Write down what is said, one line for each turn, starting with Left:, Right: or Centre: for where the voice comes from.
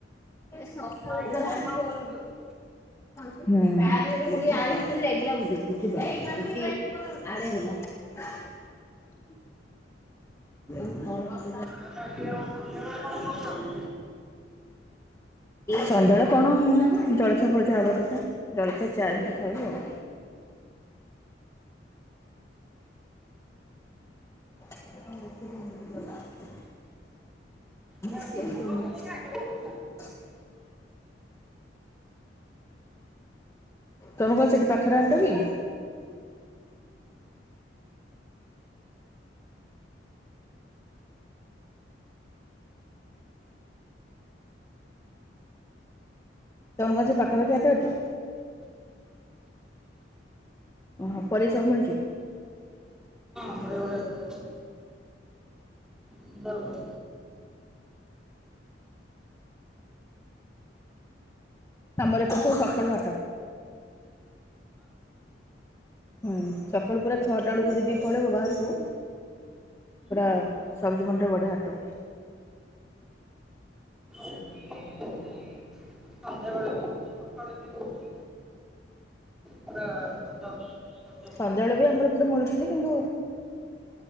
Left: ସଫା
Centre: ସାଇଡରେ
Left: ରଫା ହେତିକି
Centre: କଥା ହଉଛନ୍ତି
Left: କର ନି।
Centre: ବୋଧେ।
Left: <unintelligible> <unintelligible>
Centre: ମନେ ଅଛି ଆଉ ସନ୍ଧ୍ୟା ବେଳେ କଣ ପ୍ରୋଗ୍ରାମ?
Left: ସନ୍ଧ୍ୟାବେଳେ କଣ ଜଳଖିଆ ଫଳଖିଆ ହବା କଥା ଜଳଖିଆ ଚା ବି ଖାଇବୁ ଆଉ। <inaudible> <unintelligible>
Centre: ହଁ ବଢିଆ ବଢିଆ ବଢିଆ ସୁନ୍ଦର
Left: ତମ ଘର ପଛ ପାଖରେ ହାଟ କି?
Centre: କରିଚ।
Left: ତମ ସେ ପାଖାପାଖି ହାଟ ଅଛି। ଓହୋ ପରେ ସବୁ ମିଳୁଛି।
Centre: ବଡ଼େ ବଡ଼େ କରେ ସଜ ସୁନ୍ଦର ବନ।
Left: ଆମର ପୁଟୋଲ ପଖାଳ ଭାତ ହୁଁ ସକାଳୁ ପୁରା ଛଅଟା ବେଳକୁ ଯଦି ପଳେଇବ ବାହାରକୁ ପୁରା ସବଜି ମଣ୍ଡି ବଢ଼ିଆ ହାଟ।
Centre: ଏଠି ସେଇ ସନ୍ଧ୍ୟାବେଳେ ବି ହଉଛି ସକାଳେ ବି ହଉଛି ପୁରା ଭଲ ସଜ ପରିବା
Left: ସନ୍ଧ୍ୟାବେଳେ
Centre: ମିଳୁଛି
Left: ବି ଆମର
Centre: ଆଉ।
Left: ଏ ପଟେ ମିଳିୁଛି ଯେ କିନ୍ତୁ